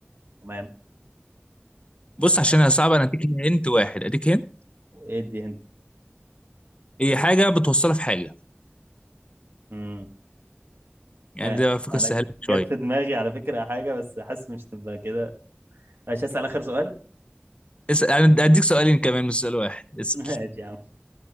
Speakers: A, on the right; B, on the left.
A: تمام
B: بص
A: تمام
B: عشان هي صعبة انا اديك هنت واحد اديك هنت
A: ادي هند
B: هي حاجة بتوصلها في حاجة
A: امم
B: يعني
A: تمام
B: ده فكرة
A: انا
B: سهلة شوية
A: جت في دماغي على فكرة حاجة بس حاسس مش تبقى كده ماشي هسأل آخر سؤال
B: اسأل انا اديك سؤالين كمان مش سؤال واحد
A: <laughs>
B: اسأل
A: ماشي يا عم